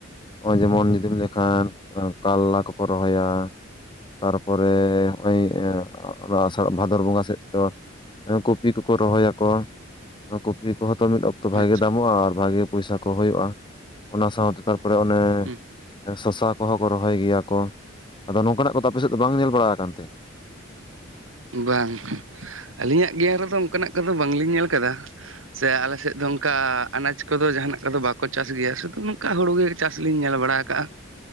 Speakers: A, on the left; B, on the right.
A: ᱱᱚᱜᱚᱭ ᱡᱮᱢᱚᱱ ᱡᱩᱫᱤᱢ ᱞᱮᱟᱹᱭᱠᱷᱟᱱ ᱠᱟᱞᱞᱟ ᱠᱚᱠᱚ ᱨᱚᱦᱚᱭᱟ᱾ ᱛᱟᱨᱯᱚᱨᱮ ᱦᱚᱜᱼᱚᱭ ᱚᱱᱟ ᱟᱥᱲᱟ ᱵᱷᱟᱫᱚᱨ ᱵᱚᱸᱜᱟ ᱥᱮᱫ ᱛᱚ ᱠᱚᱯᱤ ᱠᱚᱠᱚ ᱨᱚᱦᱚᱭᱟᱠᱚ ᱠᱚᱯᱤ ᱠᱚᱦᱚᱸ ᱛᱚ ᱢᱤᱫ ᱚᱠᱛᱚ ᱛᱚ ᱵᱷᱟᱜᱮ
B: ᱟᱪᱪᱷᱟ
A: ᱫᱟᱢᱚᱜᱼᱟ ᱟᱨ ᱵᱷᱟᱜᱮ ᱯᱚᱭᱥᱟ ᱠᱚ ᱦᱩᱭᱩᱜᱼᱟ ᱚᱱᱟ ᱥᱟᱶᱛᱮ ᱛᱟᱨᱯᱚᱨᱮ ᱚᱱᱮ
B: ᱦᱩᱸ
A: ᱥᱚᱥᱟᱠ ᱠᱚᱦᱚᱸ ᱠᱚ ᱨᱚᱦᱚᱭ ᱜᱮᱭᱟ ᱠᱚ ᱟᱫᱚ ᱱᱚᱝᱠᱟᱱᱟᱜ ᱠᱚᱫᱚ ᱟᱯᱮ ᱥᱮᱫ ᱫᱚ ᱵᱟᱝ ᱧᱮᱞ ᱵᱟᱲᱟ ᱟᱠᱟᱱ ᱛᱮ
B: ᱵᱟᱝ ᱟᱹᱞᱤᱧᱟᱜ ᱜᱮᱭᱟᱱ ᱨᱮᱫᱚ ᱚᱱᱠᱟᱱᱟᱜ ᱠᱚᱫᱚ ᱵᱟᱝ ᱞᱤᱧ ᱧᱮᱞ ᱠᱟᱫᱟ᱾ ᱥᱮ ᱟᱞᱮ ᱥᱮᱫ ᱫᱚ ᱚᱱᱠᱟ ᱟᱱᱟᱡᱽ ᱠᱚᱫᱚ ᱡᱟᱦᱟᱱᱟᱸᱜ ᱠᱚᱫᱚ ᱵᱟᱠᱚ ᱪᱟᱥ ᱜᱮᱭᱟ ᱥᱩᱫᱩ ᱱᱚᱝᱠᱟ ᱦᱩᱲᱩ ᱜᱮ ᱪᱟᱥ ᱞᱤᱧ ᱧᱮᱞ ᱵᱟᱲᱟ ᱠᱟᱜᱼᱟ᱾